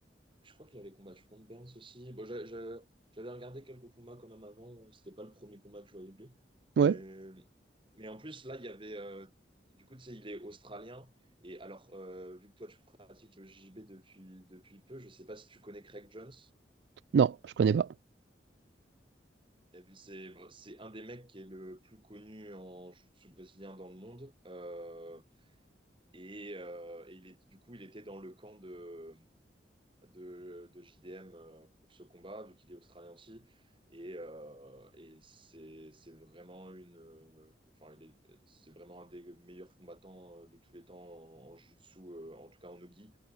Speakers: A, on the right; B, on the right.
A: Je crois qu'il avait combattu contre Burns aussi. Bon, j'a- j'a- j'avais regardé quelques combats quand même avant. euh, C'était pas le premier combat que je voyais de lui.
B: Ouais.
A: Mais, mais en plus, là, il y avait. euh, Du coup, tu sais, il est australien. Et alors, euh, vu que toi, tu pratiques le JB depuis, depuis peu, je sais pas si tu connais Craig Jones.
B: Non, je connais pas.
A: Et puis, c'est bon, c'est un des mecs qui est le plus connu en jiu-jitsu brésilien dans le monde. Euh, et, euh, et il est, du coup, il était dans le camp de, de, de JDM euh, pour ce combat, vu qu'il est australien aussi. Et, euh, et c'est c'est vraiment une, euh, enfin, il est- c'est vraiment un des meilleurs combattants euh, de tous les temps en, en jiu-jitsu, euh, en tout cas en nogi.